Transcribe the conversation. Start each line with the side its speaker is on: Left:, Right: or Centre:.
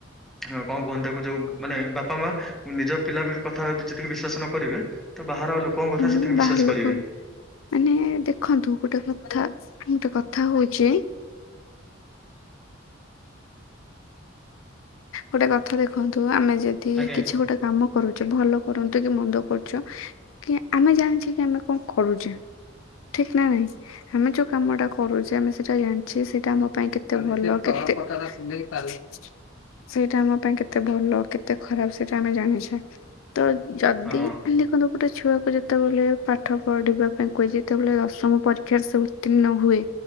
Centre: କଣ କୁହନ୍ତି ତାକୁ ଯୋଉ ମାନେ ବାପା ମା ନିଜ ପିଲା କଥା ଯେତିକି ବିଶ୍ଵାସ ନ କରିବେ ତ ବାହାର ଲୋକଙ୍କ କଥା
Left: ହୁଁ
Centre: ସେତିକି
Left: ବାହାର
Centre: ବିଶ୍ଵାସ
Left: ଲୋକ
Centre: କରିବେ।
Left: ମାନେ ଦେଖନ୍ତୁ ଗୋଟେ କଥା, ଗୋଟେ କଥା ହଉଚି ଗୋଟେ କଥା ଦେଖନ୍ତୁ ଆମେ ଯଦି
Centre: ଆଜ୍ଞା।
Left: କିଛି ଗୋଟେ କାମ କରୁଛ ଭଲ କରନ୍ତୁ କି ମନ୍ଦ କରୁଛ? କି ଆମେ ଜାଣିଛେ କି ଆମେ କଣ କରୁଛେ। ଠିକ ନା ନାଇଁ? ଆମେ ଯୋଉ କାମଟା କରୁଛେ ଆମେ ସେଟା ଜାଣିଛେ ସେଇଟା ଆମ ପାଇଁ କେତେ ଭଲ କେ ତେ କଥା ଟା ଶୁଣ। <unintelligible> ସେଇଟା ଆମ ପାଇଁ କେତେ ଭଲ କେତେ ଖରାପ ସେଇଟା ଆମେ ଜାଣିଛେ। ତ ଯଦି
Centre: ହଁ
Left: ଦେଖନ୍ତୁ ଗୋଟେ ଛୁଆକୁ ଯେତେବେଳେ ପା ଠ ପଢିବା ପାଇଁ କୁହଯାଏ। ଯେତବେଳେ ଦଶମ ପରୀ କ୍ଷାରେ ସେ ଉତ୍ତୀର୍ଣ ହୁଏ?